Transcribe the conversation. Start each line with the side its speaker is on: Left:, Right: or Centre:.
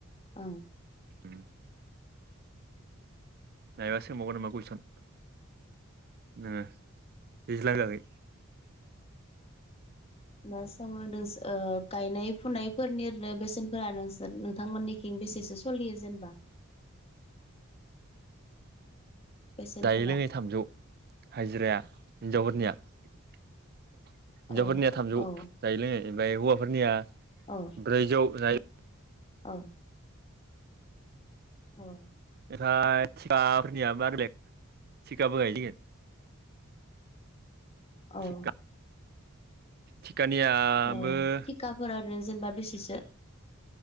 Left: औ
Right: उम नायबा सोंबावगोन नामा कुइसन नै दैज्लांनि बागै
Left: मा सोंबावनो ओ गायनाय फुनायफोरनि बेसेनफोरा नोंसोर नोंथांमोनि थिन बेसेसो सोलियो जेनेबा बेसेनफोरा
Right: जायै लोङै थामजौ हाजिराया हिनजावफोरनिया हिनजावफोरनिया
Left: औ
Right: थामजौ
Left: औ
Right: जायै लोङै ओमफ्राय हौवाफोरनिया
Left: औ
Right: ब्रैजौ जायै
Left: औ उम
Right: ओमफ्राय थिखाफोरनिया मा बेलेग थिखाबो गायो
Left: औ
Right: थिखा थिखानियाबो
Left: अ थिखाफोर आरो जेनेबा बेसेसो